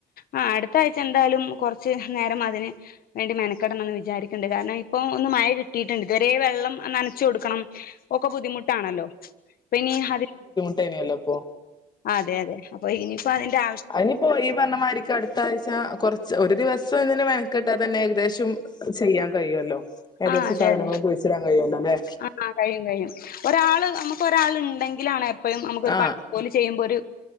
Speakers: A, on the left; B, on the left.
A: ആഹ് അടുത്താഴ്ച എന്താലും കൊറച്ച് നേരം അതിന് വേണ്ടി മെനക്കെടണംന്ന് വിചാരിക്ക്ൺണ്ട് കാരണം ഇപ്പൊ ഒന്ന് മഴ കിട്ടിട്ടുണ്ട് ഇതുവരേ വെള്ളം അഹ് നനച്ചു കൊടുക്കണം ഒക്കെ ബുദ്ധിമുട്ടാണല്ലോ ഇപ്പൊ ഇനി അതി
B: ട്ടേന്യല്ലോ ഇപ്പൊ
A: അതെ അതെ അപ്പൊ ഇനിയിപ്പൊ അതിന്റാ
B: അയ്നിപ്പൊ ഇയ്യ് പറഞ്ഞ മാതിരി കെട എത്താഴ്ച കൊറച്ച് ഒരു ദിവസം ഇതിന് മെനക്കെട്ടാ തന്നെ ഏകദേശം ചെയ്യാൻ കഴിയൊല്ലോ. ഏകദേശം
A: ആ അതെ
B: സാധനങ്ങളൊകുഴിച്ചിടാൻ
A: അതെ
B: കഴിയലോല്ലെ.
A: ആ ആ കഴിയും കഴിയും. ഒരാള് നമുക്ക് ഒരാൾ ഇണ്ടെങ്കിലാണ് എപ്പഴും നമുക്കൊരു
B: ആഹ്
A: പണി ഓല് ചെയ്യുമ്പൊരു